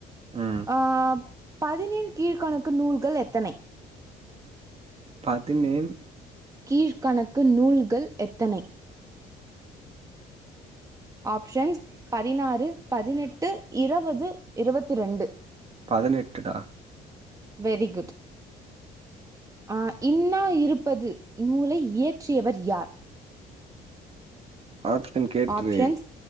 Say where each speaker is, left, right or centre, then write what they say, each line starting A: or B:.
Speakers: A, on the right; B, on the right.
A: ம்
B: ஆ பதினேன் கீழ்கணக்கு நூல்கள் எத்தனை
A: பதினேன்
B: கீழ்கணக்கு நூல்கள் எத்தனை ஆப்ஷன்ஸ் பதினாறு பதினெட்டு இரவது இரவத்தி ரெண்டு
A: பதினெட்டுடா
B: வெரி குட் ஆ இன்னா இருப்பது நூலை இயற்றியவர் யார்
A: ஆப்ஷன் கேட்ரு
B: ஆப்ஷன்ஸ்